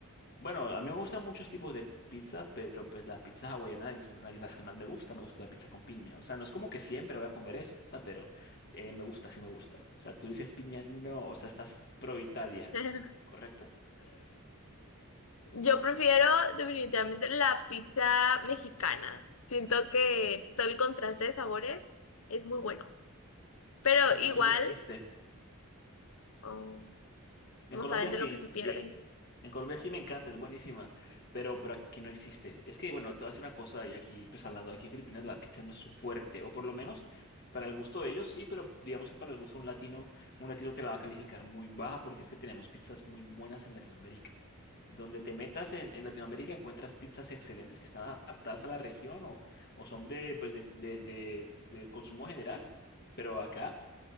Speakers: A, on the left; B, on the left.
A: Bueno, a mí me gustan muchos tipos de pizza, pero pues la pizza hawaiana es una de las que más me gusta. Me gusta la pizza con piña. O sea, no es como que siempre voy a comer esa, pero eh, me gusta, sí me gusta. O sea, tú dices piña, no, o sea, estás pro Italia,
B: <laughs>
A: ¿correcto?
B: Yo prefiero definitivamente la pizza mexicana. Siento que todo el contraste de sabores es muy bueno, pero
A: Mm,
B: igual
A: Aquí no existe.
B: oh,
A: En
B: no
A: Colombia
B: saben de
A: sí.
B: lo que se pierden.
A: Y, En Colombia sí me encanta, es buenísima, pero, pero aquí no existe. Es que, bueno, te voy a decir una cosa, y aquí, pues hablando, aquí en Filipinas la pizza no es su fuerte, o por lo menos para el gusto de ellos sí, pero digamos que para el gusto de un latino, un latino te la va a calificar muy baja porque es que tenemos pizzas muy buenas en Latinoamérica. Donde te metas en, en Latinoamérica encuentras pizzas excelentes que están adaptadas a la región o, o son de, pues de, de, de, de consumo general, pero acá,